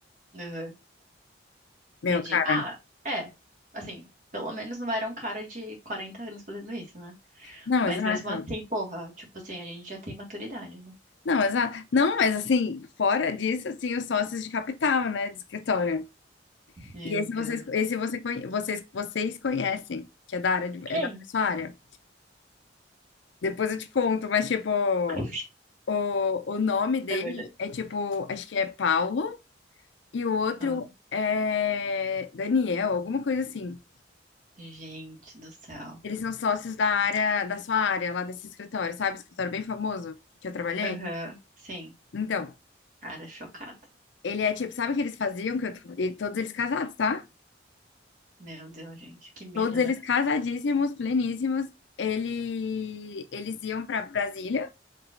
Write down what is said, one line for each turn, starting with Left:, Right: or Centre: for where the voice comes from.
Right: Aham.
Left: Meu,
Right: Entendi.
Left: cara.
Right: Ah, é. Assim, pelo menos não era um cara de 40 anos fazendo isso, né?
Left: Não,
Right: Mas
Left: exato.
Right: mesmo assim, porra, tipo assim, a gente já tem maturidade, né?
Left: Não, exato. Não, mas assim, fora disso, assim, os sócios de capital, né, de escritório.
Right: Meu
Left: E esse
Right: Deus.
Left: vocês, esse você, conhe- vocês, vocês conhecem, que é da área de,
Right: Quem?
Left: é da sua área. Depois eu te conto, mas tipo,
Right: <laughs>
Left: o, o nome dele
Right: É verdade.
Left: é tipo, acho que é Paulo e o outro
Right: Ah,
Left: é Daniel, alguma coisa assim.
Right: gente do céu.
Left: Eles são sócios da área, da sua área, lá desse escritório, sabe? Escritório bem famoso que eu trabalhei.
Right: Aham. Sim.
Left: Então,
Right: Cara, chocado.
Left: Ele é tipo, sabe o que eles faziam? Que eu descobri- e todos eles casados, tá?
Right: Meu Deus, gente. Que medo,
Left: Todos eles
Right: né?
Left: casadíssimos, pleníssimos. Ele, eles iam para Brasília,